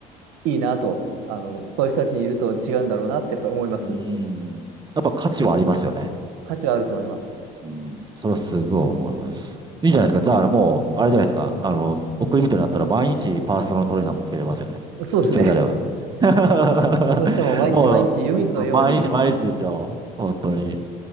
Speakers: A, on the right; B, on the right.
A: いいなと、あの、こういう人たちにいると違うんだろうなってやっぱり思います。
B: うん。やっぱ価値はありますよね。
A: 価値はあると思います。
B: うん。それはすごい思います。いいじゃないですか。じゃあ、もう、あれじゃないですか。あの、送り人になったら毎日パーソナルトレーナーもつけれますよね。
A: そうですね。
B: 必要であれば。<laughs>
A: そうしても毎日毎日湯水のように、
B: もう、毎日毎日ですよ。本当に。